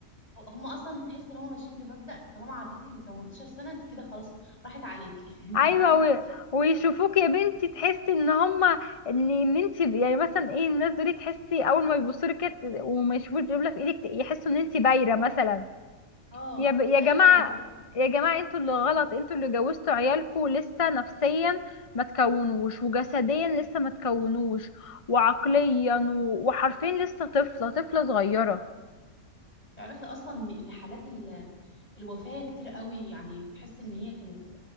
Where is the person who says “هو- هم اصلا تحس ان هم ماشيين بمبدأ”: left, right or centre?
Left